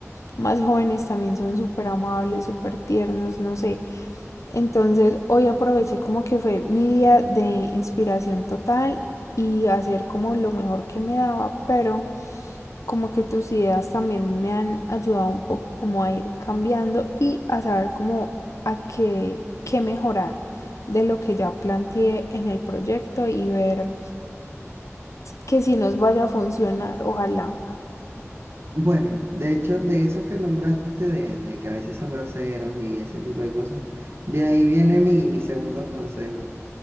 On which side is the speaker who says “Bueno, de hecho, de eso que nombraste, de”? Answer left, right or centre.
Right